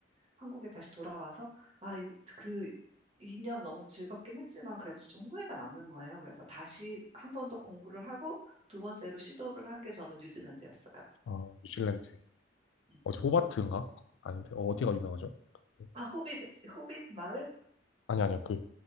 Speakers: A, on the right (about 35°); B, on the left (about 85°).
A: 한국에 다시 돌아와서, 아, 이- 그 2년 너무 즐겁긴 했지만 그래도 좀 후회가 남는 거예요. 그래서 다시 한 번 더 공부를 하고 두 번째로 시도를 한 게 저는 뉴질랜드였어요.
B: 어, 뉴질랜드.
A: 음.
B: 어제 호바트인가? 아닌데, 어, 디가 유명하죠? 그-
A: 아, 호빗, 호빗 마을?
B: 아니, 아니요. 그,